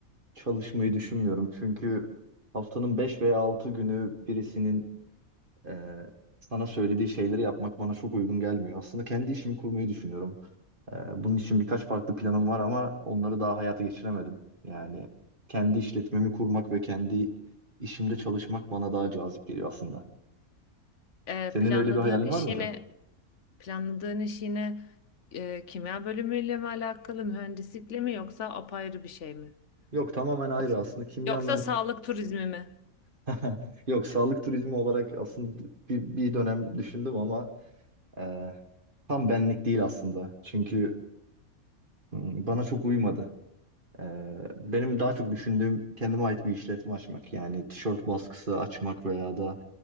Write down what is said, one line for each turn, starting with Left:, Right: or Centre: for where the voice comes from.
Right: çalışmayı düşünmüyorum. Çünkü haftanın 5 veya 6 günü birisinin e, sana söylediği şeyleri yapmak bana çok uygun gelmiyor. Aslında kendi işimi kurmayı düşünüyorum. E, bunun için birkaç farklı planım var ama onları daha hayata geçiremedim. Yani kendi işletmemi kurmak ve kendi işimde çalışmak bana daha cazip geliyor aslında.
Left: E,
Right: Senin
Left: planladığın
Right: öyle bir hayalin
Left: iş
Right: var mı
Left: yine
Right: hocam?
Left: planladığın iş yine e, kimya bölümüyle mi alakalı, mühendislikle mi yoksa apayrı bir şey mi?
Right: Yok tamamen ayrı
Left: Yoksa,
Right: aslında kimya
Left: yoksa sağlık turizmi mi?
Right: <laughs> Yok sağlık turizmi olarak aslında bir, bir dönem düşündüm ama e, tam benlik değil aslında. Çünkü m, bana çok uymadı. E, benim daha çok düşündüğüm kendime ait bir işletme açmak. Yani tişört baskısı açmak veya da